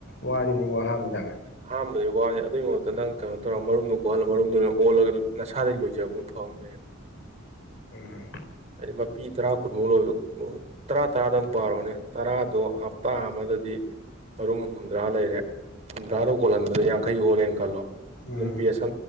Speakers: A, on the left; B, on the right.
A: ꯋꯥꯅꯤꯅꯤꯀꯣ ꯑꯍꯥꯟꯕꯗ
B: ꯑꯍꯥꯟꯕꯗꯩ ꯋꯥꯅꯤ ꯑꯗꯨꯒꯤ ꯃꯍꯨꯠꯇ ꯅꯪ ꯀꯩꯅꯣ ꯇꯧꯔꯒ ꯃꯔꯨꯝꯗꯨꯣ ꯀꯣꯜ ꯃꯔꯨꯝꯗꯨ ꯅꯪ ꯑꯣꯜꯂꯒ ꯅꯁꯥꯗꯒꯤ ꯂꯣꯏꯖꯕ ꯑꯗꯨꯝ ꯐꯕ ꯂꯩꯌꯦꯕ
A: ꯎꯝ
B: ꯍꯥꯏꯗꯤ ꯃꯄꯤ ꯇꯔꯥ ꯀꯨꯟꯃꯨꯛ ꯂꯣꯏꯕ ꯇꯔꯥ ꯇꯔꯥꯗꯪꯨꯛ ꯄꯥꯔꯣꯅꯦ ꯇꯔꯥꯗꯣ ꯍꯞꯇꯥ ꯑꯃꯗꯗꯤ ꯃꯔꯔꯨꯝ ꯍꯨꯝꯗ꯭ꯔꯥ ꯂꯩꯔꯦ ꯍꯨꯝꯗ꯭ꯔꯥꯗ ꯀꯣꯜꯍꯟꯕꯗ ꯌꯥꯡꯈꯩ ꯍꯣꯜꯂꯦꯅ ꯈꯜꯂꯣ
A: ꯎꯝ
B: ꯑꯗꯨꯝ ꯕꯤꯁ